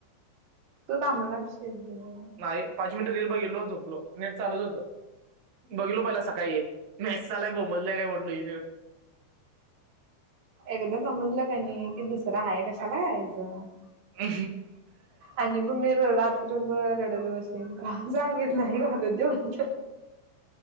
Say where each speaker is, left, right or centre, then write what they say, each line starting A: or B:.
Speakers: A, on the right; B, on the right.
A: तु दाबला अनिल.
B: नाही पाच मिनिट रेल बघितलो झोपलो, नेट चालत हो बघलो पहिला‌. काय हे मेसेज आलाय बोबलले काय म्हटल ही
A: एकदा समजलं कानी कि दुसरं आहेाय कशाला यायचं.
B: अ
A: आणि ब म रात्रभर रडत बसन का सांगितलंय का. अलो म्हण